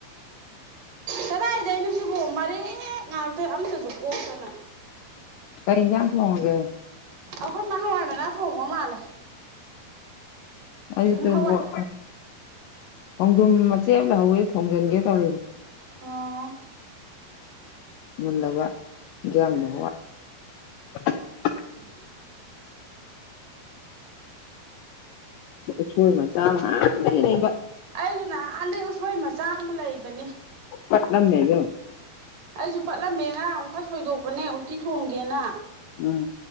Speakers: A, on the right; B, on the left.
A: ꯀꯗꯥꯏꯗꯩꯅꯣ ꯁꯤꯕꯣ ꯃꯔꯦꯛ ꯉꯥꯛꯇ ꯑꯝꯇꯁꯨ ꯀꯣꯛꯇꯅ
B: ꯀꯔꯤ ꯌꯦꯟꯁꯥꯡ ꯊꯣꯡꯉꯥꯒꯦ
A: ꯑꯩꯈꯣꯏ ꯃ ꯍꯥꯟꯋꯥꯏ ꯃꯅꯥ ꯊꯣꯡꯕ ꯃꯥꯜꯂꯦ
B: ꯑꯩꯁꯨ
A: ꯎꯝ
B: ꯇꯣꯔꯕꯣꯠ
A: ꯍꯋꯥꯏ
B: ꯈꯣꯡꯗꯣꯝ ꯃꯆꯦꯠ ꯑꯃ ꯂꯧꯍꯧꯋꯦ ꯊꯣꯡꯖꯤꯟꯒꯦ ꯇꯧꯔꯤ
A: ꯑꯥ
B: ꯃꯂꯕꯗꯤꯪ ꯅꯣꯡꯉ <inaudible>
A: ꯎꯝ <inaudible>
B: ꯎꯁꯣꯢ ꯃꯆꯥꯥ ꯑꯃ ꯍꯥꯟꯅꯗꯒꯤ ꯂꯩꯕ
A: ꯑꯩꯁꯨ ꯅꯍꯥꯟꯗꯩ ꯎꯁꯣꯏ ꯃꯆꯥ ꯑꯃ ꯂꯩꯕꯅꯤ
B: ꯄꯠꯅꯝꯅꯦ ꯢꯄꯦꯝꯃ
A: ꯑꯩꯁꯨ ꯄꯠꯂꯝꯃꯦ ꯉꯥ ꯑꯃꯨꯛ ꯈ ꯁꯣꯏꯗꯣꯛꯄꯅꯦ ꯎꯇꯤ ꯊꯣꯡꯒꯦꯅ
B: ꯎꯝ